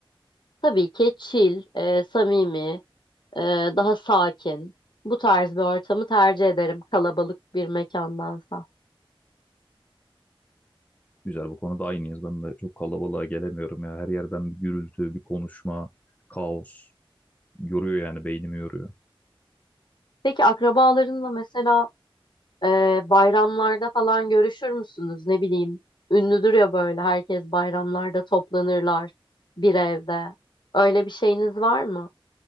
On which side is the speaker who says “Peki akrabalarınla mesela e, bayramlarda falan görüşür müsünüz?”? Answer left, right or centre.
Left